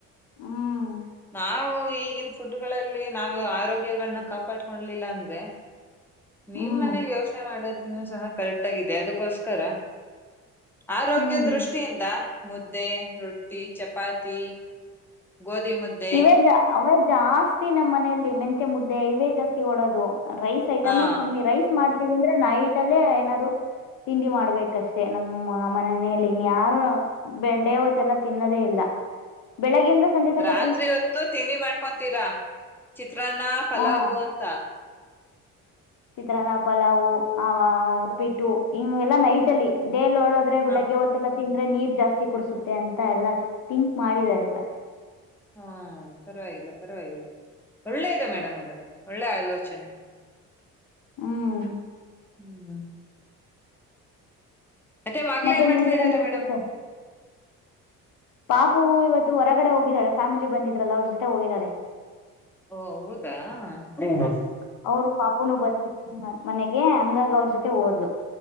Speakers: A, on the left (about 50°); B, in the centre.
A: ಹ್ಮ್
B: ನಾವು ಈಗಿನ ಫುಡ್ಗಳಲ್ಲಿ ನಾವು ಆರೋಗ್ಯಗಳನ್ನ ಕಾಪಾಡ್ಕೊಂಡಲಿಲ್ಲ ಅಂದ್ರೆ ನಿಮ್
A: ಹ್ಮ್
B: ಮನೆಗ್ ಯೋಚನೆ ಮಾಡೋದನ್ನು ಸಹ ಕರೆಕ್ಟ್ ಆಗಿದೆ ಅದಕ್ಕೋಸ್ಕರ ಆರೋಗ್ಯ
A: ಹ್ಮ್
B: ದೃಷ್ಟಿಯಿಂದ ಮುದ್ದೆ ರೊಟ್ಟಿ ಚಪಾತಿ ಗೋಧಿ ಮುದ್ದೆ
A: ಇವೇ ಜಾ- ಅವೇ ಜಾಸ್ತಿ ನಮ್ಮ್ ಮನೆಯಲ್ಲಿ ಮೆಂಂತೆ ಮುದ್ದೆ ಇವೇ ಜಾಸ್ತಿ ಓಡೋದು ರೈಸ್ ಐಟಮೇ
B: ಹಾ
A: ಕಮ್ಮಿ ರೈಸ್ ಮಾಡ್ ಅಂದ್ರೆ ನೈಟ್ ಅಲ್ಲೇ ಏನಾದ್ರು ತಿಂಡಿ ಮಾಡ್ಬೇಕಷ್ಟೇ ನಮ್ಮ ಮನೇೆಯಲ್ಲಿ ಇನ್ ಯಾರುಡೇವತ್ತಲ್ಲ ತಿನ್ನೋದೇ ಇಲ್ಲ
B: <inaudible>
A: ಬೆಳಿಗಿಂದ ಸಂಜೆ ತಕ
B: ರತ್ರಿ ಇತ್ತು ತಿಂಡಿ ಮಾಡ್ಕೊತೀರಾ ಚಿತ್ರಾನ್ನ ಪಲಾವ್
A: ಹಾ
B: ಅಂತ
A: ಚಿತ್ರಾನ್ನ ಪಲಾವು ಆ ಉಪ್ಪಿಟ್ಟು ಇವೆಲ್ಲ ನೈಟ ಅಲ್ಲಿ ಡೇ ನೋಡೋರೆ ಬೆಳಗ್ಗೆ
B: ಹ
A: ವತ್ತ ತಿಂದ್ರೆ ನೀರ್ ಜಾಸ್ತಿ ಕುಡಸುತ್ತೆ ಅಂತ ಎಲ್ಲಾ ತಿಥಿಂಕ್ ಮಾಡಿದಿದ್ದಾರೆ ಎಲ್ಲ
B: ಹ್ಮ ಪರವಾಗಿಲ್ಲ ಪರವಾಗಿಲ್ಲ ಒಳ್ಳೆ ಇದು ಮೇಡಮ್ ಅದು ಒಳ್ಳೆ ಆಲೋಚನೆ <inaudible>
A: ಹ್ಮ್
B: ಹ್ಮ್ ಮತ್ತೆ ಮಗಳ್
A: ಮತ್ತು
B: ಏನ್ ಮಾಡ್ತಾ
A: ನಿಮ್ಗೆ
B: ಇದಾರೆ
A: ಏನು ಅನಿಸುತ್ತೆ
B: ಮೇಡಮ್
A: ಪಾಪು ಇವತ್ತು ಹೊರಗಡೆ ಹೋಗಿದ್ದಾಳೆ ಫ್ಯಾಮಿಲಿ ಬಂದಿದ್ರಲ್ಲ ಅವ್ರ ಜೊತೆ ಹೋಗಿದ್ದಾಳೆ.
B: ಓ ಹೌದಾ <unintelligible>
A: ಅವ್ರ ಪಾಪುನು ಬಂದತ್ತಿ ಮನೆಗೆ ಹಂಗಾಗಿ ಅವ್ರ ಜೊತೆ ಹೋದ್ಲು